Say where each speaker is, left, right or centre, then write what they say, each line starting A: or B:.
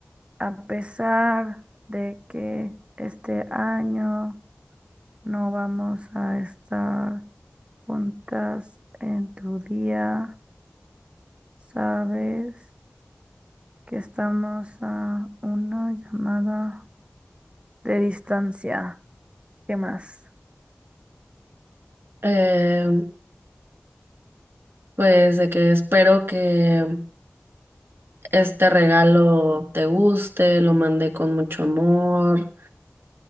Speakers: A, on the right; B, on the right.
A: a pesar de que este año no vamos a estar juntas en tu día, sabes que estamos a una llamada de distancia. ¿Qué más?
B: Em, Pues de que espero que este regalo te guste, lo mandé con mucho amor,